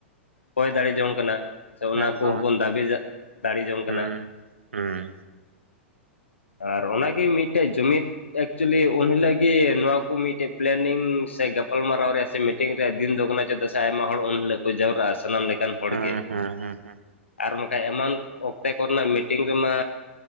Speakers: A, on the left; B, on the right.
A: ᱠᱚᱭ ᱫᱟᱲᱮ ᱡᱚᱝ ᱠᱟᱱᱟ᱾ ᱥᱮ ᱚᱱᱟ
B: ᱮᱠᱫᱚᱢ
A: ᱠᱚᱦᱚᱸ ᱵᱚᱱ
B: ᱮᱠᱫᱚᱢ
A: ᱫᱟᱹᱵᱤ ᱫᱟᱲᱮ ᱡᱚᱝ
B: ᱦᱮᱸ
A: ᱠᱟᱱᱟ᱾
B: ᱦᱮᱸ
A: ᱟᱨ ᱚᱱᱟᱜᱮ ᱢᱤᱫᱴᱮᱡ ᱡᱩᱢᱤᱫ ᱮᱠᱪᱩ ᱞᱤ ᱩᱱᱦᱤᱞᱳᱜ ᱜᱮ ᱱᱚᱣᱟ ᱠᱚ ᱢᱤᱫᱴᱮᱡ ᱯᱮᱞᱮᱱᱤᱜ ᱥᱮ ᱜᱟᱯᱟᱞᱢᱟᱨᱟᱣ ᱨᱮ ᱥᱮ ᱢᱤ ᱛᱤᱝ ᱨᱮᱭᱟᱜ ᱫᱤᱱ ᱫᱚ ᱠᱟᱱᱟ ᱪᱮ ᱫᱟᱥᱟᱹᱟᱭᱢᱟ ᱦᱚᱲ ᱩᱱ ᱦᱤᱞᱳᱜ ᱠᱚ ᱡᱟᱣᱨᱟᱜ-ᱟ ᱥᱟᱱᱟᱢ ᱞᱮᱠᱟᱱ ᱦᱚᱲ
B: ᱦᱮᱸ
A: ᱜᱮ
B: ᱦᱮᱸ ᱦᱮᱸ ᱦᱮᱸ
A: ᱟᱨ ᱚᱱᱠᱟ ᱮᱢᱟᱱ ᱚᱠᱛᱮ ᱠᱚᱨᱮᱱᱟᱜ ᱢᱤᱴᱤᱝ ᱨᱮᱢᱟ